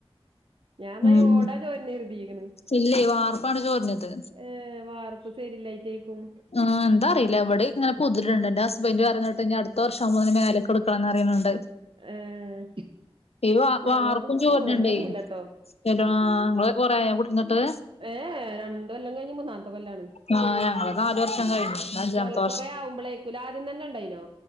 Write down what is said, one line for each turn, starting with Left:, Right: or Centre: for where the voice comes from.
Right: ഞാൻ എന്ന
Left: ഉം
Right: ഓടാ ചോരുന്ന കരുതിക്ക്‌ന്ന്
Left: ഇല്ലേ, വാർപ്പാണ് ചോരുന്നത്.
Right: ഏഹ് വാർപ്പ് ശരില്ലായിറ്റേക്കും?
Left: ആഹ, എന്താ അറിയില്ല, ഇവിടെ ഇങ്ങെനെ പൊതിരിന്ണ്ട്. ഇന്റെ ഹസ്ബന്റ് പറഞ്ഞിട്ട് അടുത്ത വർഷാവുമ്പോത്ത്ന് മേലക് എടുക്കണംന്ന് പറിയിണ്ണ്ട്.
Right: ഏഹ്
Left: ഈ വാർ
Right: ഞങ്ങൾതിമ്മെ
Left: വാർപ്പും ചോര്ന്ണ്ടേ?
Right: ചോര്ണൊന്നുല്ലട്ടോ
Left: സ്ഥലോ ആഹ്, ഇങ്ങള് കൊറേ ആയൊ കുടിര്ന്ന്ട്ട്?
Right: ഏഹേ, രണ്ട് കൊല്ലം കഴിഞ്ഞ് മൂന്നാമത്തെ കൊല്ലാണ്.
Left: ആ ഞങ്ങള് നാല് വർഷം കഴിഞ്ഞു ഇത് അഞ്ചാമത്തെ
Right: കൊൽ കൊറേ ആവുമ്പളെയ്ക്കുലേ, ആദ്യം തന്നെ ഇണ്ടായിനോ?